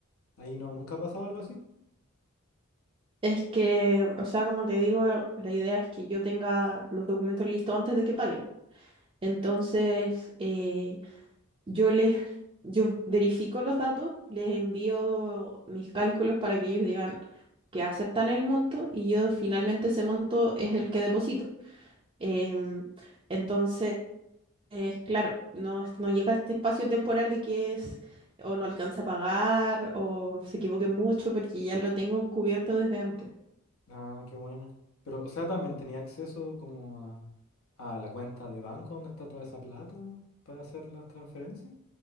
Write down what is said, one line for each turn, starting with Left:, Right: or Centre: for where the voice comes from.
Left: Ahí no, ¿nunca ha pasado algo así?
Right: Es que, o sea, como te digo, la idea es que yo tenga los documentos listos antes de que paguen. Entonces, eh, yo les, yo verifico los datos, les envío mis cálculos para que ellos digan que aceptan el monto y yo finalmente ese monto es el que deposito. Em, entonces, eh, claro, no, no llega este espacio temporal de que es o no alcanza a pagar o se equivoquen mucho porque ya lo tengo cubierto desde antes.
Left: Ah, qué buena. Pero, o sea, también tenía acceso como a, a la cuenta de banco donde está toda esa plata para hacer las transferencias.